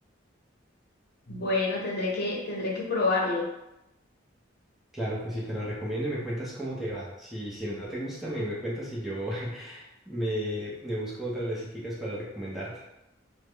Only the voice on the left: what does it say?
Bueno, tendré que, tendré que probarlo.